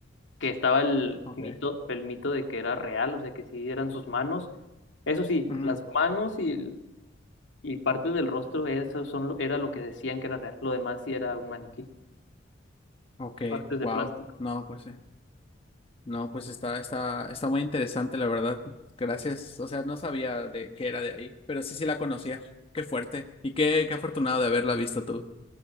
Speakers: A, on the left; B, on the left.
A: que estaba el
B: Ok.
A: mito, el mito de que era real, o sea, que sí eran sus manos. Eso sí,
B: Ujú.
A: las manos y Y partes del rostro, eso son, lo- era lo que decían que era real. Lo demás sí era un maniquí.
B: Ok.
A: Partes de
B: Wow.
A: plástico.
B: No, pues sí. No, pues está, está, está muy interesante, la verdad. Gracias. O sea, no sabía de qué era de ahí, pero sí, sí la conocía. Qué fuerte. Y qué, qué afortunado de haberla visto tú.